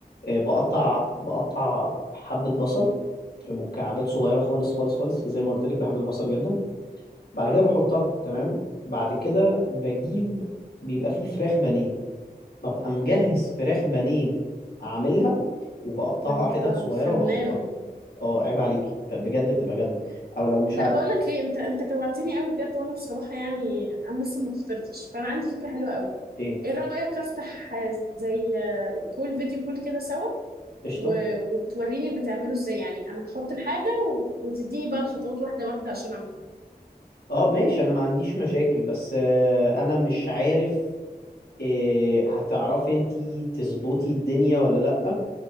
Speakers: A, on the left; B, on the right.
A: آه، بقطع
B: مم.
A: بقطع حبة بصل مكعبات صغيرة خالص خالص خالص زي ما قلت لك بحب البصل جدا بعد
B: اه
A: كده بحطها تمام بعد كده بجيب بيبقى فيه فراخ بانيه ببقى مجهز
B: حلو
A: فراخ بانيه عاملها وبقطعها
B: ده انت
A: حتت صغيرة
B: فنان
A: وبحطها اه عيب عليكي ب- بجد بتبقى جامدة او لو مش
B: لا
A: هعمل
B: بقول لك ايه انت انت جوعتني قوي بجد وانا بصراحه يعني انا لسه ما فطرتش فانا عندي فكره حلوه قوي
A: ايه
B: ايه رايك افتح آه، زي آه، كول فيديو كول كده سوا
A: قشطة
B: و... وتوريني بتعمله ازاي يعني انا هحط الحاجه و... وتديني بقى الخطوات واحده واحده عشان اعملها
A: اه ماشي انا ما عنديش مشاكل بس آه، انا مش عارف إيه هتعرفي انتي تظبطي الدنيا ولا لأ